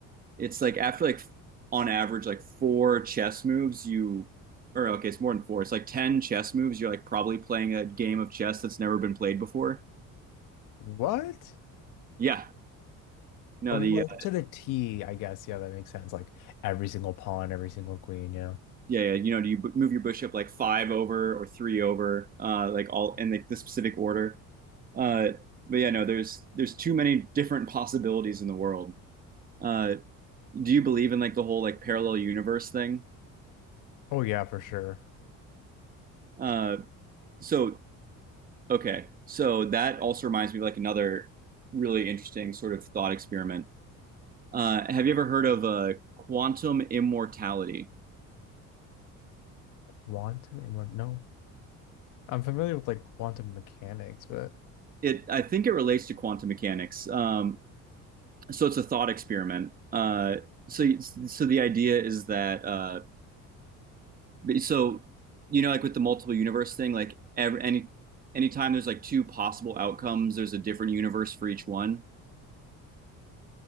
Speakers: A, on the right; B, on the left.
A: It's like after like on average like four chess moves you or okay, it's more than four. It's like 10 chess moves. You're like probably playing a game of chess that's never been played before.
B: What?
A: Yeah. No,
B: Okay,
A: the
B: well,
A: uh,
B: to the T, I guess. Yeah, that makes sense. Like every single pawn, every single queen, yeah.
A: yeah, yeah, you know, do you b- move your bishop like five over or three over, uh, like all in like the specific order. Uh, but yeah, no, there's there's too many different possibilities in the world. Uh, do you believe in like the whole like parallel universe thing?
B: Oh yeah, for sure.
A: Uh, so Okay. So that also reminds me of like another really interesting sort of thought experiment. Uh, have you ever heard of uh, quantum immortality?
B: Quantum immort no. I'm familiar with like quantum mechanics, but
A: It, I think it relates to quantum mechanics. Um, so it's a thought experiment. Uh, so, so the idea is that, uh, so, you know, like with the multiple universe thing, like every, any, anytime there's like two possible outcomes, there's a different universe for each one.